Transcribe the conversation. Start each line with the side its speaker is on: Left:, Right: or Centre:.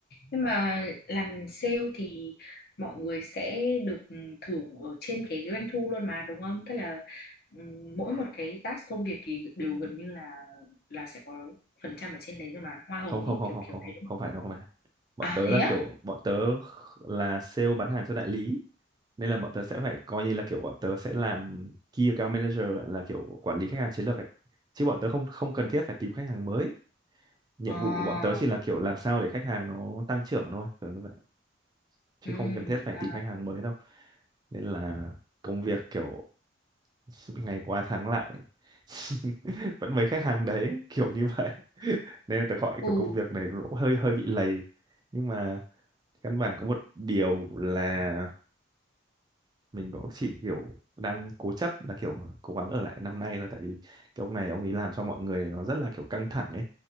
Left: Nhưng mà làm sale thì mọi người sẽ được thưởng ở trên cái doanh thu luôn mà đúng không? Tức là ừm, mỗi một cái task công việc thì đều gần như là là sẽ có phần trăm ở trên đấy rồi mà hoa hồng
Right: không không
Left: ấy
Right: không
Left: kiểu
Right: không
Left: kiểu
Right: không không
Left: đấy đúng
Right: không
Left: không?
Right: phải đâu không phải bọn
Left: À
Right: tớ
Left: thế
Right: là
Left: á?
Right: kiểu bọn tớ là sale bán hàng cho đại lý nên là bọn tớ sẽ phải coi như là kiểu bọn tớ sẽ làm key account manager là kiểu quản lý khách hàng chiến lược ấy chứ bọn tớ không không cần thiết phải tìm khách hàng mới nhiệm
Left: À,
Right: vụ của bọn tớ chỉ là kiểu làm sao để khách hàng nó tăng trưởng thôi kiểu như vậy chứ
Left: ừ,
Right: không cần thiết phải
Left: à,
Right: tìm khách hàng mới đâu nên là công việc kiểu <laughs> ngày qua tháng lại <laughs> vẫn mấy khách hàng đấy kiểu như vậy <laughs> nên là tớ gọi
Left: ừ,
Right: kiểu công việc này nó cũng hơi hơi bị lầy nhưng mà căn bản có một điều là mình cũng chỉ kiểu đang cố chấp là kiểu cố gắng ở lại năm nay thôi tại vì cái ông này ông ấy làm cho mọi người nó rất là kiểu căng thẳng ấy